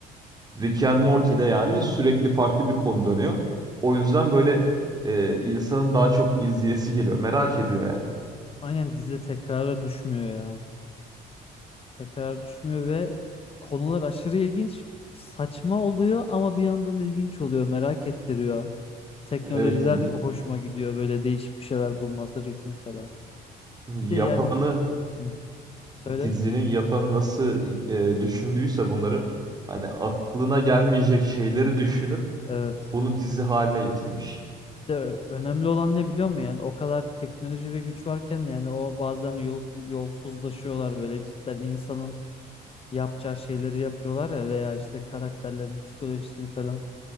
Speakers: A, on the right (about 25°); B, on the left (about 35°).
A: Rick and Morty'de yani sürekli farklı bir konu dönüyor. O yüzden böyle e, insanın daha çok izleyesi geliyor. Merak ediyor yani.
B: aynen dizi tekrara düşmüyor ya. Tekrar düşmüyor ve konular aşırı ilginç, saçma oluyor ama bir yandan ilginç oluyor. Merak ettiriyor. Teknolojiler
A: Evet y-
B: hoşuma gidiyor. Böyle değişik bir şeyler bulması Rick'in falan.
A: yapanı
B: Bir de yani Hı. söyle.
A: dizinin yapanı nasıl e, düşündüyse bunları hani aklına gelmeyecek şeyleri düşünüp
B: Evet.
A: Bunu dizi haline getirmiş.
B: Bir de ö- önemli olan ne biliyor musun? Yani o kadar teknoloji ve güç varken yani o bazen yol, yolsuzlaşıyorlar böyle cidden insanın yapacağı şeyleri yapıyorlar ya veya işte karakterlerin psikolojisini falan